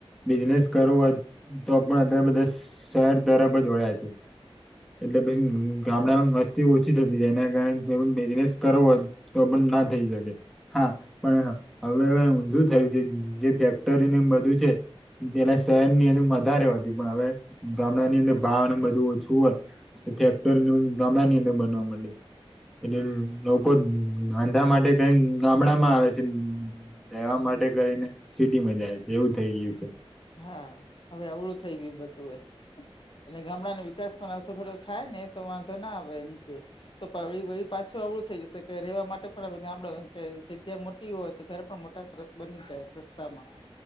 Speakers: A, in the centre; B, on the left (about 55°).
A: બિઝનેસ કરવું હોય તો પણ અત્યારે બધા શહેર તરફ જ વણયા છે. એટલે પછી ગામડામાં મસ્તી ઓછી થતી જાય એના કારણે બિઝનેસ કરવો હોય તો પણ ના થઈ શકે, હા પણ હવે ઊંધું થયું છે જે ફ ક્ટરીને એમ બધું છે. પેલા શહેર ની અંદર વધારે હોતી પણ હવે ગામડા ની અંદર ભાવ ને બધું ઓછું હોય. ફેક્ટરી ગામડા ની અંદર બનવા માંડી એટલે લોક લોકો ધંધા માટે કરીને ગામડા માં આવે છે, રેહવા માટે કરીને સિટી માં જાય છે એવું થઇ ગયું છે.
B: હા હવે અવળું થઈ ગયું બધું એ અને ગામડાનો વિકાસ પણ અથો થોડો થાય ને એ તો વાંધો ના આવે એમ કે તો પ્રવીણભાઈ પાછું આવડું થઈ જશે કે રેહવા માટે પણ હવે ગામડો જગ્યા મો ટી હોય ઘર પણ મોટા સરસ જાય રસ્તામાં